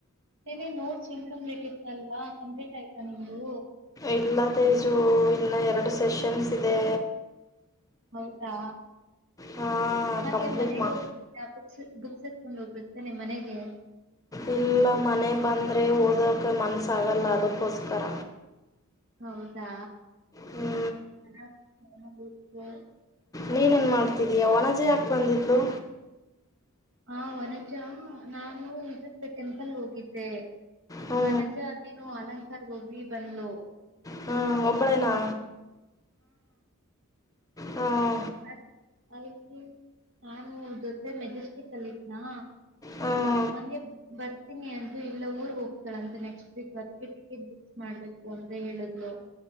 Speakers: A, on the right; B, on the left.
A: ನೆನೆ ನೋಟ್ಸ್ ಇನ್ಕಂಪ್ಲೀಟ್ ಇತಲ್ವಾ ಕಂಪ್ಲೀಟ್ ಆಯ್ತಾ ನಿಮ್ದು
B: ಇಲ್ಲ ತೇಜೂ ಇನ್ನ ಎರಡು ಸೆಷನ್ಸ್ ಇದೆ.
A: ಹೌದಾ
B: ಹಾಂ
A: ಮತ್ತೆ
B: ಕಂಪ್ಲೀಟ್
A: ಮನೆಗೆ
B: ಮಾ
A: ಹೋಗಿ ಬುಕ್ಸ್ ಬುಕ್ಸ್ ಎತ್ಕೊಂಡ್ ಹೋಗ್ಬೇಕು ನೆ ಮನೆಗೆ
B: ಇಲ್ಲ ಮನೆ ಬಂದ್ರೆ ಓದಕ ಮನಸಾಗಲ್ಲ ಅದಕ್ಕೋಸ್ಕರ
A: ಹೌದಾ
B: ಹ್ಞೂ
A: ಹ ಹ <unintelligible> ಹ್ಮ
B: ನೀನ್ ನ್ ಮಾಡ್ತಿದೀಯಾ ವನಜೆ ಯಾಕ್ ಬಂದಿಲ್ ಹಲೋ
A: ಹಾ ವನಜಾ ನಾನು ಇದುರ್ದು ಟೆಂಪಲ್ಗ್ ಹೋಗಿದ್ದೆ.
B: ಹ್ಞೂ
A: ವನಸ ಅದೇನು ಅಲಂ ಸರ್ ಹೋಗ್ರಿ ಬಂದಲು
B: ಹ್ಞೂ ಒಬ್ಬಳೇನಾ ಹ್ಞೂ
A: ಅ ಅ ನಾನು ಜೊತೆ ಮೆಜೆಸ್ಟಿಕ್ ಅಲ್ಲಿದನಾ
B: ಹ್ಞೂ
A: ಹಂಗೆ ಬರ್ ತೀನಿ ಅಂತ ಇಲ್ಲ ಊರ್ ಹೋಗ್ತಾಳಂತೆ ನೆಕ್ಸ್ಟ್ ವೀಕ್ ಅದಕ್ಕೆ ಟಿಕೆಟ್ ಬುಕ್ ಮಾಡ್ಬೇಕು ಅಂತ ಹೇಳಿದ್ಲು